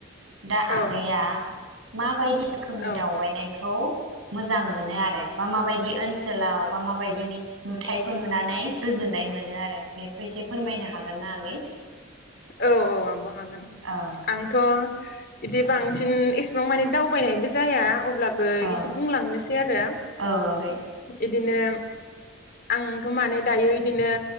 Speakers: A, on the right; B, on the left.
A: दा आगैया
B: औ
A: माबायदि रोखोमनि
B: औ
A: दावबायनायखौ मोनो आरो बा माबायदि ओनस सोलाव बा माबायदि मिथ नुथाइ खौ नुनानै गोजोननाय मोनो आरो बेखौ एसे फोरमायनो हागोन ना आगै
B: औ औ आब' हागोन
A: औ
B: आंथ' बिदि बांसिन एसेबां माने दावबायनायबो जाया ब्लाबो
A: औ
B: एसे बुंलांनोसै आरो
A: औ आगै
B: बिदिनो आंथ' माने दायो बिदिनो